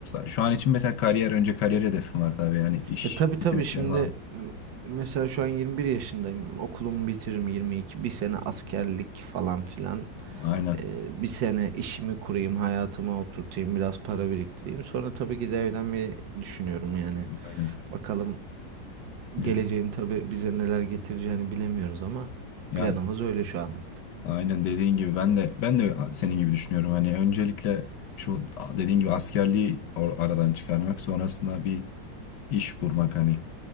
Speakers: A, on the left (about 70°); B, on the right (about 85°).
A: şu an için mesela kariyer önce kariyer hedefim var tabii yani iş
B: E tabii
A: seçenekleri
B: tabii şimdi
A: falan.
B: m- mesela şu an 21 yaşındayım. Okulumu bitiririm 22. Bir sene askerlik falan filan.
A: Aynen.
B: Ee, bir sene işimi kurayım, hayatıma oturtayım, biraz para biriktireyim. Sonra tabii ki de evlenmeyi düşünüyorum yani.
A: Aynen.
B: Bakalım
A: Güzel.
B: geleceğin tabii bize neler getireceğini bilemiyoruz ama
A: Ya
B: planımız öyle şu anlık.
A: Aynen dediğin gibi ben de ben de senin gibi düşünüyorum. Hani öncelikle şu dediğin gibi askerliği or- aradan çıkarmak, sonrasında bir iş bulmak hani